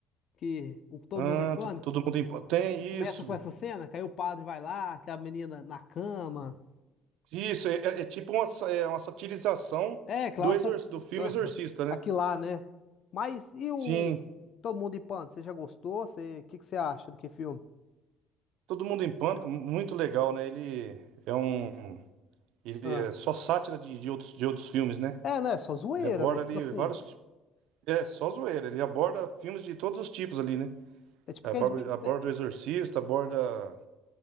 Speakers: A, on the left (about 55°); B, on the right (about 75°).
A: Que o Todo
B: Ah,
A: Mundo em Pânico
B: to- todo mundo em... tem
A: que começa
B: isso.
A: com essa cena, que aí o padre vai lá, que a menina na cama.
B: Isso é, é- é tipo uma, sa- é uma satirização
A: É, Klaus,
B: do, exor... do filme
A: aham,
B: Exorcista, né?
A: aqui lá, né? Mas e o
B: Sim,
A: Todo Mundo em Pânico? Você já gostou? Você, o que que você acha do que filme?
B: Todo Mundo em Pânico, muito legal, né? Ele é um. Ele
A: Ah.
B: é só sátira de, de outros, de outros filmes, né?
A: É, né? Só zoeira,
B: Ele aborda
A: né? Tipo
B: ali
A: assim,
B: vários. É, só zoeira. Ele aborda filmes de todos os tipos ali, né?
A: é tipo
B: Aborda,
A: aqueles beste...
B: aborda o Exorcista, aborda